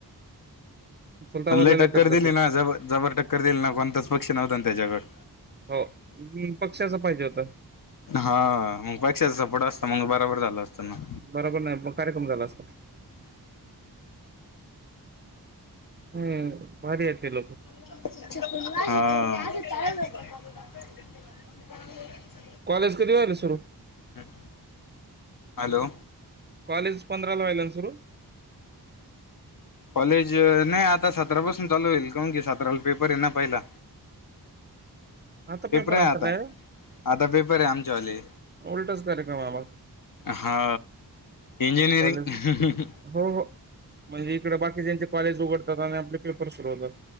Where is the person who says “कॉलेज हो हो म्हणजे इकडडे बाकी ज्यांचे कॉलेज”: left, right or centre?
Right